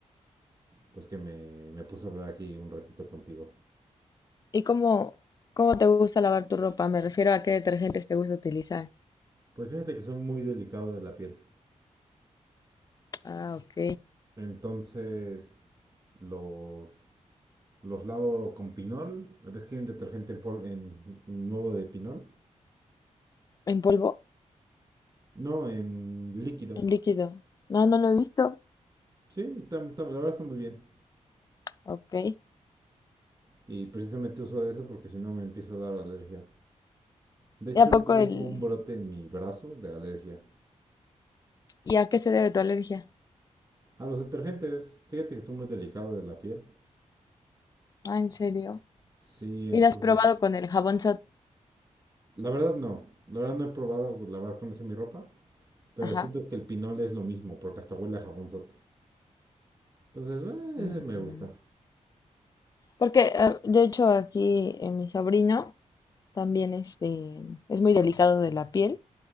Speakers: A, on the right (about 35°); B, on the left (about 30°).
A: pues que me, me puse a hablar aquí un ratito contigo.
B: ¿Y cómo, cómo te gusta lavar tu ropa? Me refiero a qué detergentes te gusta utilizar.
A: Pues fíjate que soy muy delicado de la piel.
B: Ah, ok.
A: Entonces, los, los lavo con pinol. ¿Ves que hay un detergente en, pol- en- nuevo de pinol?
B: ¿En polvo?
A: No, en líquido.
B: En líquido. No, no lo he visto.
A: Sí, está- está- la verdad está muy bien.
B: Ok. ¿Y
A: Y precisamente uso de eso porque si no me empieza a dar alergia. De hecho,
B: a poco
A: ahorita tengo
B: el...
A: un brote en mi brazo de alergia.
B: ¿Y a qué se debe tu alergia?
A: A los detergentes, fíjate que soy muy delicado de la piel.
B: Ah, ¿en serio?
A: Sí, entonces
B: ¿Y la has probado con el jabón
A: La verdad no, la verdad no he probado lavar con esa mi ropa, pero
B: Ajá.
A: siento que el pinol es lo mismo, porque hasta huele a jabonzote. Entonces, eh,
B: Mm,
A: ese me gusta.
B: Porque, eh, de hecho, aquí eh, mi sobrino también este, es muy delicado de la piel